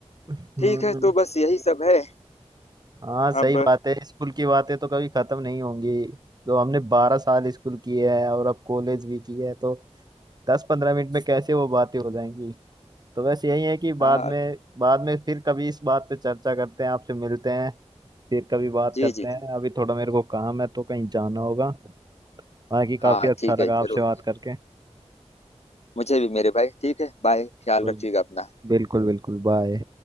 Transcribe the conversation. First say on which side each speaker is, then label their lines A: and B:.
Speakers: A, on the right; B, on the left.
A: हम्म
B: ठीक है तो बस यही सब है
A: हाँ सही
B: अब
A: बात है स्कूल की बातें तो कभी खत्म नहीं होंगी तो हमने बारह साल स्कूल किए है और अब कॉलेज भी की है तो दस पंद्रह मिनट में कैसे वो बातें हो जाएंगी तो बस यही है कि बाद
B: आ,
A: में बाद में फिर कभी इस बात पे चर्चा करते हैं आपसे मिलते हैं फिर कभी बात
B: जी
A: करते
B: जी
A: हैं
B: जी
A: अभी थोड़ा मेरे को काम है तो कहीं जाना होगा बाकी काफी
B: हाँ
A: अच्छा
B: ठीक है
A: लगा
B: जरूर
A: आपसे बात
B: जरूर।
A: करके
B: मुझे भी मेरे भाई ठीक है बाय ख्याल
A: बिल्कुल
B: रखिएगा अपना
A: बिल्कुल बिल्कुल, बाय